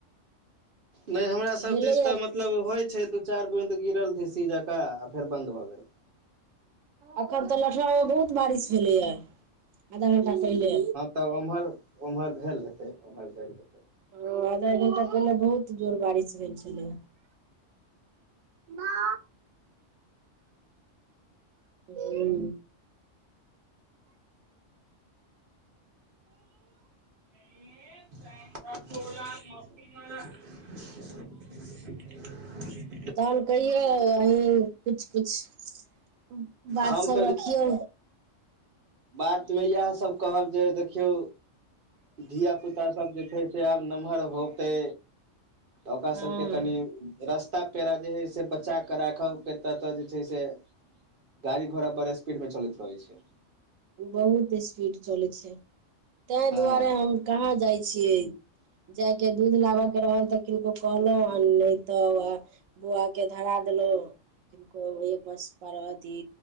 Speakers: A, on the right (about 45°); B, on the right (about 85°).
A: नहि हमरा सभ
B: भेलैया
A: दिस तऽ मत- मतलब होइ छै तू चारि बून्द गिरल झींसी जंका आ फेर बन्द भऽ गेल
B: अखन तऽ लठुआ मे बहुत बारिश भेलैया आधा घंटा पहिले
A: तब ओमहर ओमहर भेल हेतै ओम्हर भेल हेतै
B: ओ आधा घन्टा तऽ पहिले बहुत जोर बारिश भेल छलै न आ <inaudible>
A: एक <unintelligible>
B: तहन कहियौ अहीं कुछ कुछ बात
A: हम
B: सब रखियौ
A: बात मे इहाए सब कहब जे देखियौ धिय पुता सब जे छै से आब नमहर होतै तऽ ओकरा
B: हँ
A: सभके कनि रस्ता पेड़ा जे हइ से बचा क राखब केतऽ तऽ जे छै से गाड़ी घोड़ा बड़ स्पीड मे चलैत रहैत छै
B: बहुत स्पीड चलै छै तैं
A: हँ
B: दुआरे हम कहाँ जाइ छियै जाएके दूध लाबऽ कऽ रहल तऽ किनको कहलहूँ आ नहि तऽ आ बौआकेँ धरा देलहुँ किनको बस अथि